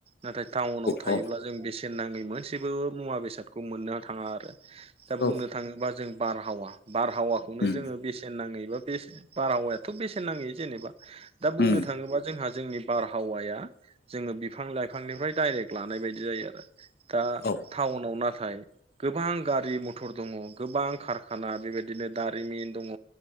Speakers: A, on the right; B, on the left.
A: नाथाय टाउनाव थायोब्ला
B: औ
A: जों बेसेन नाङि मोनसेबो मुवा बेसादखौ मोननो थाङा आरो। दा बुंनो
B: औ
A: थाङोबा जों बारहावा बारहावाखौनो
B: उम
A: जोङो बेसेन नाङै बा बे बारहावायाथ' बेसेन नाङै जेनेबा दा बुंनो
B: उम
A: थाङोबा जोंहा जोंनि बारहावाया जोङो बिफां लाइफांनिफ्राय डाइरेक्ट लानाय बायदि जायो आरो। दा
B: औ
A: टाउनाव नाथाय गोबां गारि मथर दङ गोबां कारखाना बेबायदिनो दारिमिन दङ